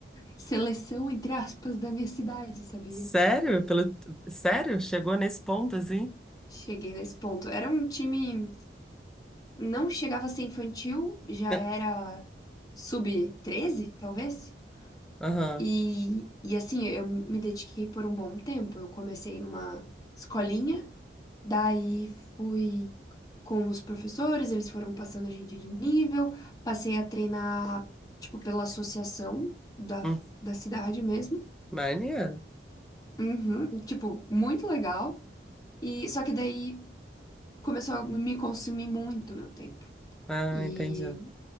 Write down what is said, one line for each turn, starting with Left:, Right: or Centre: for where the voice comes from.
Left: seleção, entre aspas, da minha cidade, sabia?
Centre: Sério? Pelo... Sério? Chegou nesse ponto assim?
Left: Cheguei nesse ponto. Era um time, não chegava a ser infantil, já
Centre: É.
Left: era sub treze, talvez?
Centre: Aham.
Left: E, e assim, eu me dediquei por um bom tempo. Eu comecei numa escolinha, daí fui com os professores, eles foram passando a gente de nível, passei a treinar, tipo, pela associação da,
Centre: Hum,
Left: da cidade mesmo.
Centre: Maneiro.
Left: Uhum, tipo, muito legal. E só que daí começou a me consumir muito meu tempo.
Centre: Ah,
Left: E
Centre: entendi.